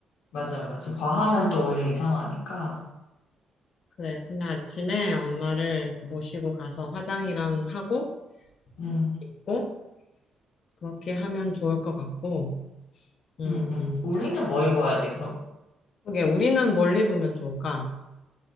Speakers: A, on the left (about 80°); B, on the left (about 55°).
A: 맞아, 맞아. 과하면 또 오히려 이상하니까.
B: 그래, 그데 아침에 엄마를 모시고 가서 화장이랑 하고
A: 음,
B: 입고 그렇게 하면 좋을 것 같고. 음,
A: 음, 음. 우리는 뭐 입어야 돼, 그럼?
B: 그게 우리는 뭘 입으면 좋을까?